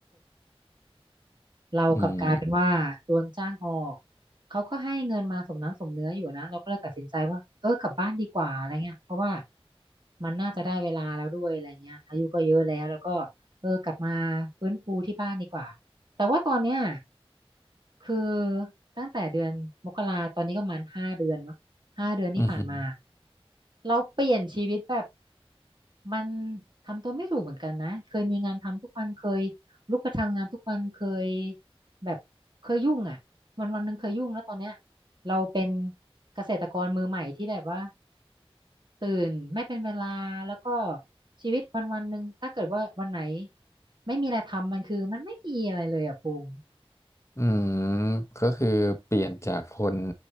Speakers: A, on the right; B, on the left.
A: เรากลับกลายเป็นว่าโดนจ้างออก
B: อืม
A: เขาก็ให้เงินมาสมน้ำสมเนื้ออยู่นะเราก็เลยตัดสินใจว่าเออกลับบ้านดีกว่าอะไรเงี้ยเพราะว่ามันน่าจะได้เวลาแล้วด้วยอะไรเงี้ยอายุก็เยอะแล้วแล้วก็เออกลับมาฟื้นฟูที่บ้านดีกว่าแต่ว่าตอนเนี้ยคือตั้งแต่เดือนมกราตอนนี้ก็ประมาณห้าเดือนเนาะห้าเดือนที่ผ่านมา
B: อืม
A: เราเปลี่ยนชีวิตแบบมันทำตัวไม่ถูกเหมือนกันนะเคยมีงานทำทุกวันเคย ลุกไปทำงานทุกวันเคยแบบเคยยุ่งอ่ะวันวันหนึ่งเคยยุ่งแล้วตอนเนี้ยเราเป็นเกษตรกรมือใหม่ที่แบบว่าตื่นไม่เป็นเวลาแล้วก็ชีวิตวันวันหนึ่งถ้าเกิดว่าวันไหนไม่มีอะไรทำมันคือมันไม่มีอะไรเลยอ่ะภูมิ
B: อืมก็คือเปลี่ยนจากคน